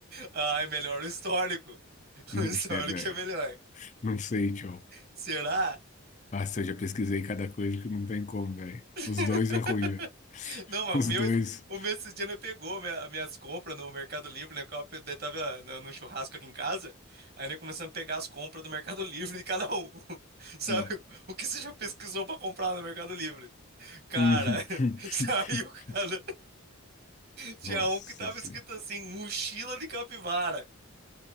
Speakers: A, on the right; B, on the left.
A: Ah, é melhor o histórico.
B: velho.
A: O histórico
B: É, velho.
A: é melhor.
B: Não sei, tio.
A: Será?
B: Ah, se eu já pesquisei cada coisa que não tem como, velho.
A: <laughs>
B: Os dois é ruim, velho. <laughs>
A: Não, mas
B: Os
A: o meu,
B: dois.
A: o meu esse dia não pegou minha- minhas compras no Mercado Livre, né? que Eu daí tava né, no- num churrasco aqui em casa, aí nós começamos a pegar as compras do Mercado <laughs> Livre de cada um. <laughs> Sabe?
B: Ah.
A: O que você já pesquisou pra comprar no Mercado Livre? Cara,
B: <laughs>
A: <laughs> saiu, cara. Tinha
B: Nossa
A: um que tava
B: senhora.
A: escrito assim, mochila de capivara.